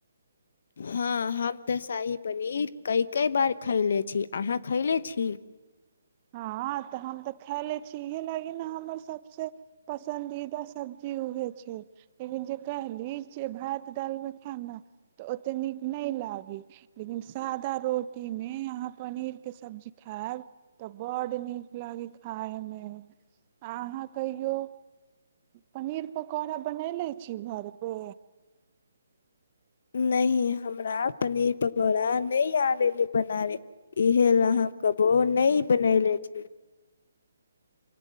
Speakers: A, on the left; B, on the right.
A: हँ हम तऽ शाही पनीर ककक बार खयले छी अहाँ खैले छी
B: हँ तऽ हम तऽ खाय ले छी इएह लागी ने हमर सभसँ पसन्दीदा सब्जी उहे छै लेकिन जे कहली छ भात दालि में हब ने तऽ ओतेक नीक नहि लागी लेकिन सादा रोटीमे अहाँ पनीरके सब्जी खायब तऽ बड नीक लाग खाइमे अहाँ कहियौ पनीर पकौड़ा बनेले छै शि भरपे
A: नहि हमरा पनीर पकौड़ा नहि आबै ल बनाबे इह लए हम हम कहबौ नहि बनैले छी